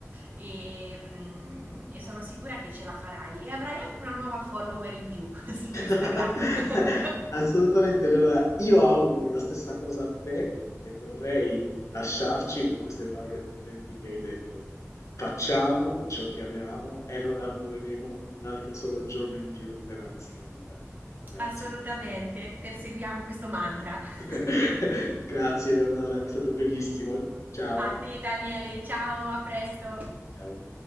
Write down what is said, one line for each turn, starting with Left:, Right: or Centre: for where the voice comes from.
Right: e, mm, e sono sicura che ce la farai e avrai anche una nuova follower in più <laughs> su
Left: <laughs>
Right: Instagram. <laughs>
Left: Assolutamente, Leonora. Io auguro la stessa cosa a te e vorrei lasciarci con queste parole potenti che hai detto. Facciamo ciò che amiamo e non lavoreremo un altro solo giorno in più della nostra vita. Grazie.
Right: Assolutamente, perseguiamo questo mantra. <laughs>
Left: <laughs> Grazie, Leonora, è stato bellissimo. Ciao.
Right: A te Daniele, ciao, a presto.
Left: Ciao.